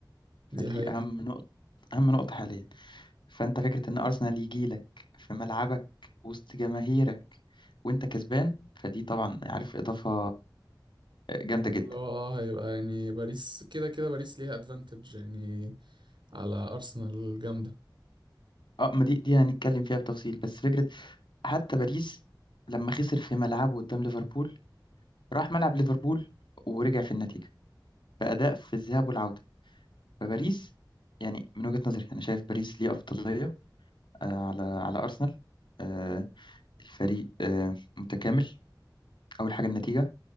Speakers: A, on the left (about 80°); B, on the right (about 80°).
A: فدي
B: دي حقيقة
A: اهم نقطه اهم نقطه حاليا فانت فكره ان ارسنال يجي لك في ملعبك وسط جماهيرك وانت كسبان فدي طبعا عارف اضافه جامده
B: اللي
A: جدا
B: هو اه هيبقى يعني باريس كده كده باريس ليها ادفانتج يعني على ارسنال جامده
A: اه ما دي دي هنتكلم فيها بتفصيل بس فكره حتى باريس لما خسر في ملعبه قدام ليفربول راح ملعب ليفربول ورجع في النتيجة بأداء في الذهاب والعودة فباريس يعني من وجهة نظري أنا شايف باريس ليه أفضلية آه، على على أرسنال آه، الفريق آه، متكامل أول حاجة النتيجة